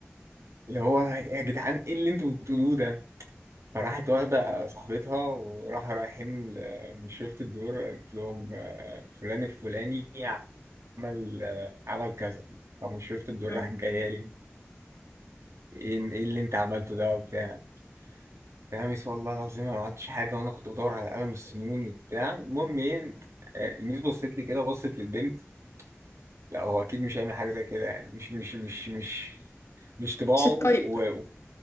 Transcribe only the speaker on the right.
اللي هو يا جدعان ايه اللي انتوا بتقولوه ده؟ فراحت واخده صاحبتها وراح رايحين ل- من شرفة الدور قالت لهم آه، فلان الفلاني عمل آه، عمل كذا فمن شرفة الدور
راحت جايه لي ايه ايه اللي انت عملته ده وبتاع تلاميذ والله العظيم أنا ما عملتش حاجة وأنا كنت بدور على قلم السنون وبتاع المهم إيه آه، الميس بصت لي كده بصت للبنت لا هو أكيد مش هيعمل حاجة زي كده يعني مش مش مش مش مش طباعه
و-